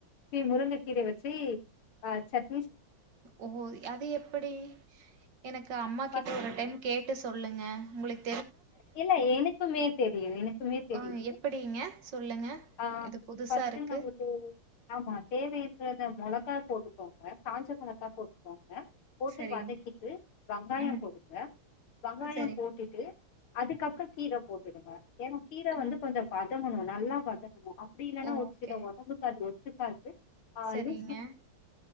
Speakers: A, on the left; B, on the right.
A: நீ முருங்க கீரய வச்சி ஆ சர்
B: ஓ அது எப்படி எனக்கு அம்மா
A: ஃபர்ஸ்ட்
B: கிட்ட ஒரு டைம் கே டு சொல்லுங்க உங்ளுக்கு
A: இல்ல எனக்குமே தெரியும் எனக்குமே தெரியும்
B: ஆ எப்படிங்க சொல்லுங்க
A: ஆஹ்ஸ
B: இது புதுசா இருக்கு
A: நமக்கு ஆமா தேவைன்றத மிளகா போட்டு க்காங்க காஞ்சத்தனத்தா போட்டுக்காங்க போட்டு
B: சரிங்க
A: வதக்கிட்டு வெங்காயம்
B: ம்
A: போடுங்க வெங்காயம்
B: சரி
A: போட்டுட்டு அதுக்கப்புறம் கீரை போட்டுடுங்க ஏன்ன கீரை
B: ம்
A: வந்து கொஞ்சம் பா பண்ணும் நல்லா பட்டக்கணும் அப்படி இல்லைன்னா
B: ஓகே
A: ஒரு சில உடம்புக்கு அது சக்க னாலீ
B: சரிங்க